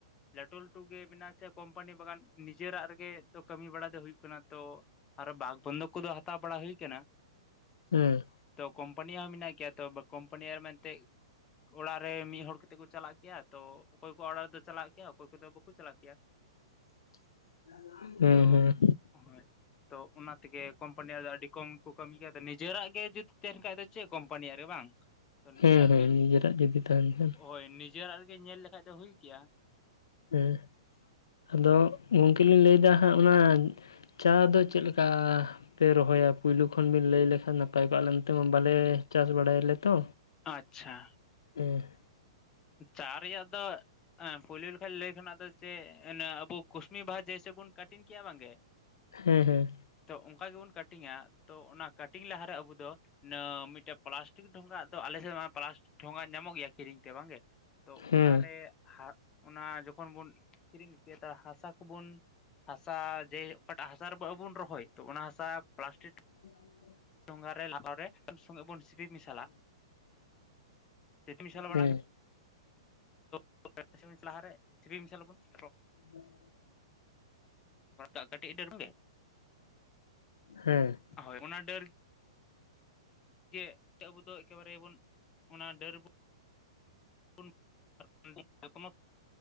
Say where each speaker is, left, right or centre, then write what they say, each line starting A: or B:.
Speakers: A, on the left; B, on the left.
A: ᱞᱟᱹᱴᱩ ᱞᱟᱹᱴᱩ ᱜᱮ ᱢᱮᱱᱟᱜ ᱟ ᱥᱮ ᱠᱳᱢᱯᱟᱱᱤ ᱵᱟᱜᱟᱱ ᱱᱤᱡᱮᱨᱟᱜ ᱨᱮᱜᱮ ᱛᱚ ᱠᱟᱹᱢᱤ ᱵᱟᱲᱟ ᱫᱚ ᱦᱩᱭᱩᱜ ᱠᱟᱱᱟ᱾ ᱛᱚ ᱟᱨᱚ ᱵᱟᱜᱽ ᱵᱚᱱᱫᱚᱠ ᱠᱚᱫᱚ ᱦᱟᱛᱟᱣ ᱵᱟᱲᱟ ᱦᱩᱭ ᱠᱟᱱᱟ᱾
B: ᱦᱮᱸ
A: ᱛᱚ ᱠᱳᱢᱯᱟᱱᱤᱭ ᱦᱚᱸ ᱢᱮᱱᱟᱜ ᱠᱮᱭᱟ ᱛᱚ ᱠᱳᱢᱯᱟᱱᱤᱭ ᱟᱨ ᱢᱮᱱᱛᱮᱜ, ᱚᱲᱟᱜ ᱨᱮ ᱢᱤᱜ ᱦᱚᱲ ᱠᱟᱛᱮᱜ ᱠᱩ ᱪᱟᱞᱟᱜ ᱠᱮᱭᱟ ᱛᱚ ᱚᱠᱚᱭ ᱠᱩᱣᱟᱜ ᱚᱲᱟᱜ ᱨᱮᱫᱚ ᱪᱟᱞᱟᱜ ᱠᱮᱭᱟ ᱚᱠᱚᱭ ᱠᱚᱫᱚ ᱵᱟᱠᱩ ᱪᱟᱞᱟᱜ ᱠᱮᱭᱟ᱾
B: <unintelligible> ᱦᱮᱸ
A: ᱛᱚ
B: ᱦᱮᱸ
A: <unintelligible> ᱛᱚ ᱚᱱᱟ ᱛᱮᱜᱮ ᱠᱳᱢᱯᱟᱱᱤᱭᱟᱜ ᱨᱮ ᱟᱹᱰᱤ ᱠᱚᱢ ᱠᱩ ᱠᱟᱹᱢᱤ ᱜᱮᱭᱟ ᱱᱤᱡᱮᱨᱟᱜ ᱜᱮ ᱡᱩᱫᱤ ᱛᱟᱦᱮᱱ ᱠᱷᱟᱡ ᱫᱚ ᱪᱮᱜ ᱠᱳᱢᱯᱟᱱᱤᱭᱟᱜ ᱨᱮ ᱵᱟᱝ? ᱛᱚ ᱱᱤᱡᱮᱨᱟᱜ
B: ᱦᱮᱸ ᱦᱮᱸ
A: ᱨᱤᱜᱤᱧ
B: ᱱᱤᱡᱮᱨᱟᱜ ᱡᱩᱫᱤ ᱛᱟᱦᱮᱱ ᱠᱷᱟᱱ
A: ᱦᱳᱭ ᱱᱤᱡᱮᱨᱟᱜ ᱨᱮᱜᱤ ᱧᱮᱞ ᱞᱮᱠᱷᱟᱡ ᱫᱚ ᱦᱩᱭ ᱠᱮᱭᱟ᱾
B: ᱦᱮᱸ ᱟᱫᱚ ᱜᱚᱝᱠᱮ ᱞᱤᱧ ᱞᱮᱹᱭᱫᱟ ᱦᱟᱸᱜ ᱚᱱᱟ ᱪᱟ ᱫᱚ ᱪᱮᱫ ᱞᱮᱠ ᱠᱟᱻ ᱯᱮ ᱨᱚᱦᱚᱭᱟ ᱯᱩᱭᱞᱩ ᱠᱷᱚᱱ ᱵᱤᱱ ᱞᱮᱹᱭ ᱞᱮᱠᱷᱟᱱ ᱱᱟᱯᱟᱭ ᱠᱚᱜᱼᱟ ᱟᱞᱮ ᱱᱚᱛᱮ ᱢᱟ ᱵᱟᱞᱮ ᱪᱟᱥ ᱵᱟᱲᱟᱭᱟᱞᱮ ᱛᱚ᱾
A: ᱟᱪᱪᱷᱟ᱾
B: ᱩᱦ
A: ᱪᱟ ᱨᱮᱭᱟᱜ ᱫᱚ ᱟᱸ ᱯᱩᱭᱞᱳ ᱞᱮᱠᱷᱟᱡ ᱞᱮᱹᱭ ᱠᱷᱚᱱᱟᱜ ᱫᱚ ᱪᱮᱜ, ᱮᱱᱮ ᱟᱵᱚ ᱠᱩᱥᱱᱤ ᱵᱟᱦᱟ ᱡᱮᱥᱮ ᱵᱚᱱ ᱠᱟᱴᱤᱱ ᱠᱮᱭᱟ ᱵᱟᱝᱜᱮ,
B: ᱦᱮᱸ ᱦᱮᱸ᱾
A: ᱛᱚ ᱚᱝᱠᱟ ᱜᱮᱵᱚᱱ ᱠᱟᱴᱤᱝᱟ ᱛᱚ ᱚᱱᱟ ᱠᱟᱴᱤᱝ ᱞᱟᱦᱟᱨᱮ ᱟᱵᱚ ᱫᱚ, ᱤᱱᱟᱹ ᱢᱤᱜᱴᱮᱹᱜ ᱯᱮᱞᱟᱥᱴᱤᱠ ᱰᱷᱚᱸᱜᱟᱜ ᱫᱚ ᱟᱞᱮᱥᱮᱜ ᱢᱟ ᱯᱞᱟᱥᱴᱤᱠ ᱰᱷᱚᱸᱜᱟ ᱧᱟᱢᱚᱜ ᱜᱮᱭᱟ ᱠᱤᱨᱤᱧ ᱛᱮ ᱵᱟᱝᱜᱮ᱾ ᱛᱚ
B: ᱦᱮᱸ
A: ᱚᱱᱟᱨᱮ ᱦᱟᱜ ᱚᱱᱟ ᱡᱚᱠᱷᱚᱱ ᱵᱚᱱ ᱠᱤᱨᱤᱧ ᱠᱮᱫᱟ ᱦᱟᱥᱟ ᱠᱩᱵᱚᱱ, ᱦᱟᱥᱟ ᱡᱮ ᱚᱠᱟᱴᱟᱜ ᱦᱟᱥᱟ ᱨᱮᱵ ᱟᱵᱩ ᱵᱚᱱ ᱨᱚᱦᱚᱭ ᱛᱚ ᱚᱱᱟ ᱦᱟᱥᱟ ᱯᱞᱟᱥᱴᱤᱴ,
B: <inaudible>
A: ᱴᱷᱳᱸᱜᱟ ᱨᱮ <inaudible> ᱨᱮ <inaudible> ᱥᱚᱸᱜᱮ ᱜᱮᱵᱚᱱ ᱥᱤᱯᱤ ᱢᱮᱥᱟᱞᱟ ᱥᱤᱯᱤ ᱢᱮᱥᱟᱞ
B: ᱦᱮᱸ
A: ᱵᱟᱲᱟ <inaudible> ᱞᱟᱦᱟᱨᱮ ᱥᱤᱯᱤ ᱢᱮᱥᱟᱞ ᱟᱵᱚᱱ <inaudible>
B: <inaudible>
A: <inaudible> ᱠᱟᱹᱴᱤᱜ ᱤᱰᱟᱹᱝᱜᱮ᱾
B: ᱦᱮᱸ᱾
A: ᱦᱳᱭ, ᱚᱱᱟ ᱰᱟᱹᱨ ᱡᱮ ᱟᱵᱚ ᱫᱚ ᱮᱠᱮᱵᱟᱨᱮ ᱵᱚᱱ ᱚᱱᱟ ᱰᱟᱹᱨ ᱵᱚ <unintelligible> ᱡᱚᱛᱽᱱᱚ